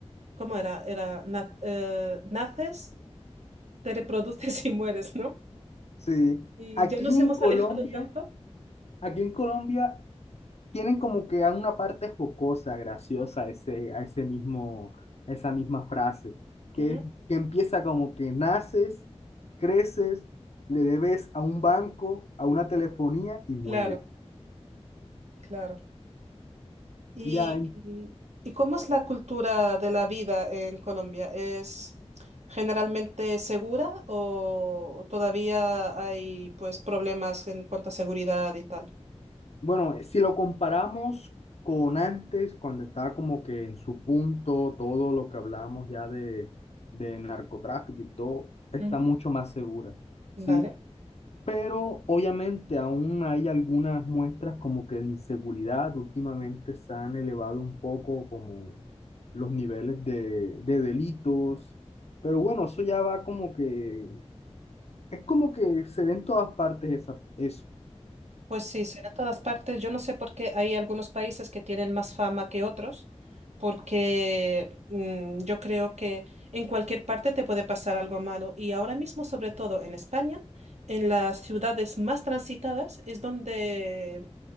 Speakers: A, on the right; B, on the left.
A: ¿cómo era? Era na- eh, naces, te reproduces <laughs> y mueres, ¿no?
B: sí.
A: Y
B: Aquí
A: ya nos
B: en
A: hemos
B: Colombia,
A: alejado tanto.
B: aquí en Colombia tienen como que una parte jocosa, graciosa, a ese, a ese mismo, a esa misma frase, que,
A: Ujú.
B: es- que empieza como que naces, creces, le debes a un banco, a una telefonía y mueres.
A: Claro, claro. ¿Y,
B: Ya, en-
A: y cómo es la cultura de la vida en Colombia? ¿Es generalmente segura o o todavía hay pues problemas en cuanto a seguridad y tal?
B: bueno, si lo comparamos con antes, cuando estaba como que en su punto, todo lo que hablamos ya de, de narcotráfico y todo, está
A: Ujú.
B: mucho más segura.
A: Vale.
B: Sí, Pero obviamente aún hay algunas muestras como que de inseguridad. Últimamente se han elevado un poco como los niveles de, de delitos. Pero bueno, eso ya va como que, es como que se ve en todas partes esa, eso.
A: Pues sí, será en todas partes. Yo no sé por qué hay algunos países que tienen más fama que otros, porque mm, yo creo que en cualquier parte te puede pasar algo malo. Y ahora mismo, sobre todo en España, en las ciudades más transitadas es donde